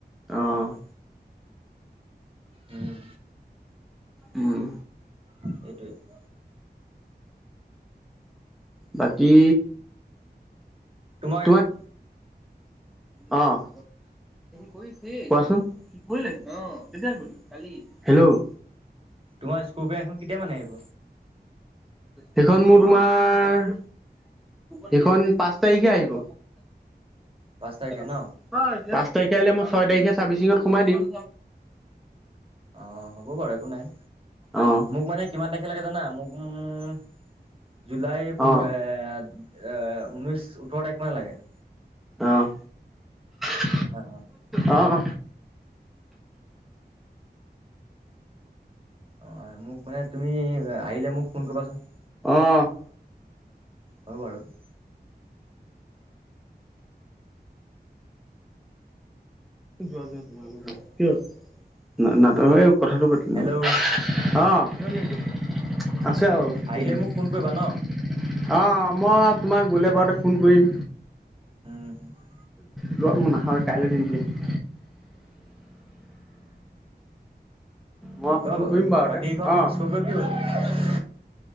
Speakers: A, in the centre; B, on the right (about 30°).
A: অ'।
B: উম
A: উম'।
B: সেইটোৱেই।
A: বাকী
B: তোমাৰ
A: তোমাক
B: সেইখন
A: অ', কোৱাচোন? কৰিলে। অ', কেতিয়া কৰিলে? হেল্ল'।
B: তোমাৰ স্কপিঅ' এখন কেতিয়া মানে আহিব
A: সেইখন তোমাৰ- সেইখন পাঁচ তাৰিখে আহিব।
B: পাঁচ তাৰিখে ন
A: <inaudible> পাঁচ তাৰিখে আহিলে মই ছয় তাৰিখে চাৰ্ভিচিঙত সুমুৱাই দিম।
B: অঁ! হ'ব বাৰু একো নাই।
A: অ',
B: মোক মানে কিমান তাৰিখে লাগে জানা, মোক <unintelligible> জুলাই পোন্ধ
A: অ',
B: <unintelligible> এ ঊনৈশ-ওঠৰ তাৰিখ মানে লাগে।
A: অঁ! <inaudible>
B: অহ'। <inaudible>
A: <inaudible> অঁ।
B: অঁ! মোক মানে তুমি আহিলে মোক ফোন কৰিবা চোন। <inaudible>
A: অঁ! <inaudible>
B: হয় বাৰু। <unintelligible>
A: যোৱা-যোৱা <unintelligible> তোমাৰ <unintelligible> কি হ'ল? <inaudible> নাটক এই কথাটো পাতি লওঁ।
B: হেল্ল'
A: অঁ <unintelligible> <unintelligible> আছে আৰু <inaudible> <unintelligible>
B: আহিলে মোক ফোন কৰিবা ন
A: অঁ! মই তোমাক গ'লে বাৰতে ফোন কৰিম।
B: উম। <unintelligible>
A: যোৱা মই নাখাওঁ, কাইলে দিম দিয়া। <unintelligible> মই
B: <unintelligible>
A: ফোন কৰিম বাৰুতে
B: বাকীগিখন
A: অঁ
B: স্কৰপিঅ কি হ'ল? <inaudible>